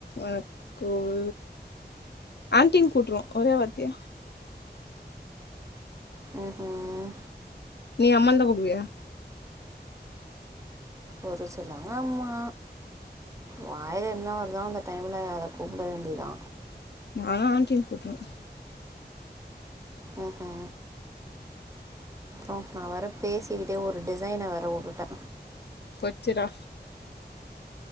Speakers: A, on the left; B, on the right.
A: ஆ குவு ஆன்ட்டின்னு கூட்டுறோ ஒரே வார்த்தயா
B: ம் ஹும்
A: நீ அம்மான்னு தான் கூப்டுவியா
B: ஒரு சிலாங்க அம்மா வாயில என்ன வருதோ அந்த டைம்ல அத கூப்ட வேண்டியதா
A: நால்லா ஆன்ட்டின்னு கூப்டுறுவே
B: ம் ஹு ஓ நா வேற பேசிகிட்டே ஒரு டிசைன வேற வுட்டுட்டே
A: பொச்சிரா